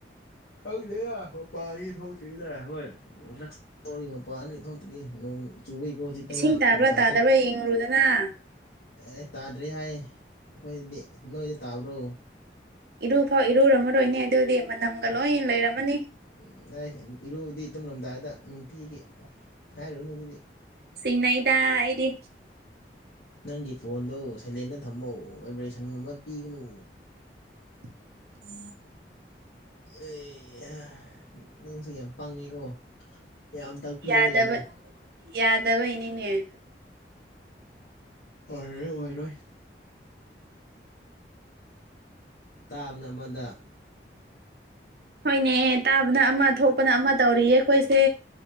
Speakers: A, on the left; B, on the right.
A: ꯈꯪꯗꯦ ꯄꯥꯔꯤ ꯊꯣꯛꯇ꯭ꯔꯤꯗ ꯍꯣꯏ ꯅꯛꯁ ꯈꯣꯢ ꯃꯄꯥꯅꯤ ꯊꯣꯛꯇ꯭ꯔꯤꯌꯦ ꯅꯣꯡ ꯆꯨꯏꯀꯣ ꯍꯧꯖꯤꯛꯇ
B: ꯏꯁꯤꯡ
A: ꯉꯥꯢꯔꯤ
B: ꯇꯥꯕ꯭ꯔꯥ
A: ꯅꯨꯡꯁꯥ
B: ꯇꯥꯗꯕ꯭ꯔꯥ
A: ꯊꯣꯛꯄ
B: ꯌꯦꯡꯉꯨꯔꯨꯗꯅ
A: ꯑꯦ ꯇꯥꯗ꯭ꯔꯤ ꯍꯥꯏ ꯑꯩꯈꯣꯏꯗꯗꯤ ꯅꯣꯏꯗ ꯇꯥꯕ꯭ꯔꯣ
B: ꯏꯔꯨ ꯐꯥꯎ ꯏꯔꯨꯨꯔꯝꯃꯔꯣꯏꯅꯦ ꯑꯗꯨꯗꯤ ꯃꯅꯝꯒ
A: ꯎꯝ
B: ꯂꯣꯏ
A: ꯎꯝ
B: ꯂꯩꯔꯝꯃꯅꯤ
A: ꯅ ꯢ ꯏꯔꯨꯗꯤ ꯇꯨꯝꯂꯝꯗꯥꯏꯗ ꯅꯨꯡꯇꯤꯒꯤ ꯍꯥꯏꯔꯨꯅꯨ ꯑꯗꯨꯗꯤ
B: ꯆꯤꯡ ꯅꯩꯗ ꯑꯩꯗꯤ
A: ꯅꯪꯒꯤ ꯐꯣꯟꯗꯣ ꯁꯥꯏꯂꯦꯟꯗ ꯊꯝꯃꯣ ꯚꯥꯏꯕ꯭ꯔꯦꯁꯟꯒꯨꯝꯕ ꯄꯤꯒꯅꯨ
B: <inaudible>
A: ꯑꯩꯍꯥ ꯅꯪꯁꯨ ꯌꯥꯝ ꯄꯪꯉꯦꯀꯣ ꯌꯥꯝ ꯇꯥꯛꯄꯤꯔꯒꯀꯣ
B: ꯌꯥꯗꯕ ꯌꯥꯗꯕꯩꯅꯤꯅꯦ
A: ꯑꯣꯏꯔꯣꯏ ꯑꯣꯏꯔꯣꯏ ꯇꯥꯕꯅ ꯑꯃꯗ
B: ꯍꯣꯏꯅꯦ ꯇꯥꯕꯅ ꯑꯃ ꯊꯣꯛꯄꯅ ꯑꯃ ꯇꯧꯔꯤꯌꯦ ꯑꯩꯈꯣꯏꯁꯦ